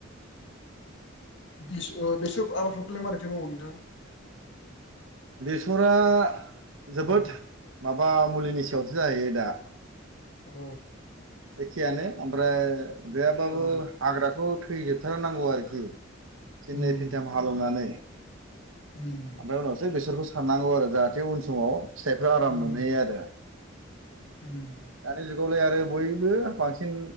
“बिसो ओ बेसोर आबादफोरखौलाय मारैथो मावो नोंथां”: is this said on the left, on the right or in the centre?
Left